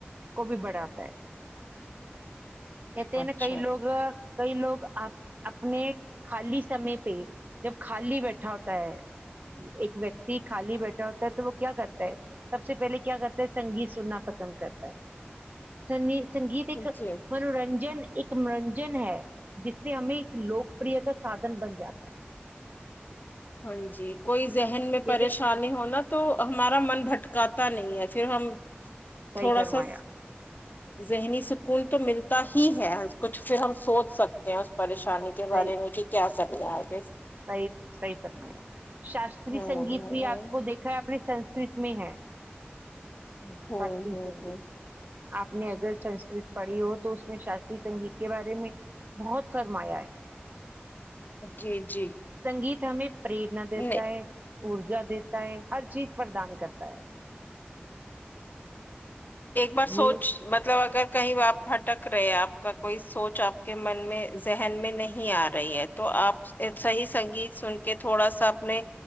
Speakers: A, on the right; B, on the left.
A: کو بھی بڑھاتا ہے کہتے ہیں
B: اچھا
A: نا کئی لوگ کئی لوگ آپ اپنے خالی سمے پہ جب خالی بیٹھا ہوتا ہے ایک ویکتی خالی بیٹھا ہوتا ہے تو وہ کیا کرتا ہے سب سے پہلے کیا کرتا سنگیت سننا پسند کرتا ہے سنگیت سنگیت ایک
B: جی
A: منورنجن ایک منورنجن ہے جس سے ہمیں ایک لوکپریا کا سادھن بن جاتا ہے
B: ہاں جی کوئی ذہن میں پریشانی
A: جیسے
B: ہونا تو ہمارا من بھٹکاتا نہیں ہے پھر ہم
A: صحیح
B: تھوڑا
A: فرمایا
B: سا ذہنی سکون کوئی تو ملتا ہی ہے کچھ پھر ہم سوچ سکتے ہیں اس پریشانی نی کے بارے
A: صحیح
B: میں کہ کیا سک <inaudible>
A: صحیح صحیح فرمایا شاستری
B: ہاں ہاں
A: سنگیت بھی
B: ہاں
A: آپ کو دیکھا ہے آپ نے سنسکرت میں ہے
B: ہمم ہمم
A: شاستری سنگیت
B: ہمم
A: آپ نے اگر سنسکرت پڑھی ہو تو اس میں شاستری سنگیت کے بارے میں بہت فرمایا ہے
B: جی جی
A: سنگیت ہمیں پریرنا دیتا
B: نہیں
A: ہے ارجا دیتا ہے ہر چیز پردان کرتا ہے
B: ایک بار سوچ
A: یہ
B: مطلب اگر کہیں آپ بھٹک رہے آپ کا کوئی سوچ آپ کے من میں ذہن میں نہیں آ رہی ہے تو آپ صحیح سنگیت سن کے تھوڑا سا اپنے